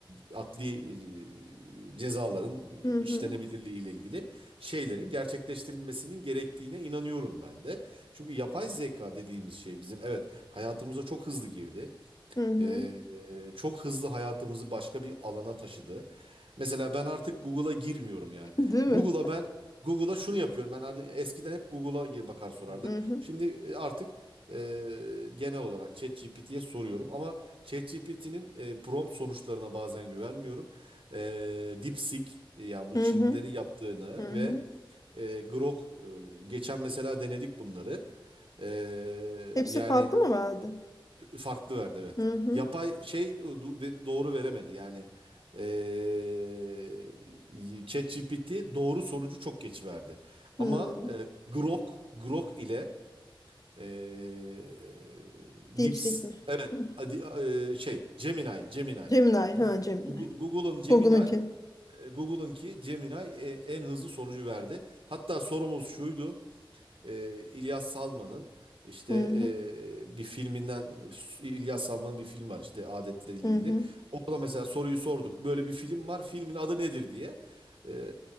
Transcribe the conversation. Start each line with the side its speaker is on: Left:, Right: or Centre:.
Right: e, adli e, cezaların
Left: Hı hı.
Right: işlenebilirliği ile ilgili şeylerin gerçekleştirilmesinin gerektiğine inanıyorum ben de. Çünkü yapay zeka dediğimiz şey bizim evet hayatımıza çok hızlı girdi.
Left: Hı hı.
Right: Ee, e, çok hızlı hayatımızı başka bir alana taşıdı. Mesela ben artık Google'a girmiyorum yani.
Left: <laughs> Değil mi?
Right: Google'a ben Google'a şunu yapıyorum. Ben artık eskiden hep Google'a gir- bakar sorardık.
Left: Hı hı.
Right: Şimdi e, artık e, genel olarak ChatGPT'ye soruyorum ama ChatGPT'nin e, prompt sonuçlarına bazen güvenmiyorum. E, DeepSeek e, yani bu
Left: Hı
Right: Çinlilerin
Left: hı.
Right: yaptığını
Left: Hı hı.
Right: ve e, Grok e, geçen mesela denedik bunları. E,
Left: Hepsi
Right: yani
Left: farklı mı verdi?
Right: Farklı verdi evet.
Left: Hı hı.
Right: Yapay şey do- doğru veremedi yani. Eee ChatGPT doğru sonucu çok geç verdi. Ama
Left: Hı.
Right: e, Grok, Grok ile eee
Left: DeepSeek
Right: Dips
Left: mi?
Right: evet
Left: Hı.
Right: hadi, eee, şey Gemini, Gemini.
Left: Gemini.
Right: Gu-
Left: Ha Gemini.
Right: Gu- Google'ın Gemini,
Left: Google'ınki.
Right: e, Google'ınki Gemini e, en hızlı sonucu verdi. Hatta sorumuz şuydu e, İlyas Salman'ın işte
Left: Hı hı.
Right: e, bir filminden İlyas Salman'ın bir film var işte adetleriyle
Left: Hı
Right: ilgili.
Left: hı.
Right: Orada mesela soruyu sorduk. Böyle bir film var. Filmin adı nedir diye. E,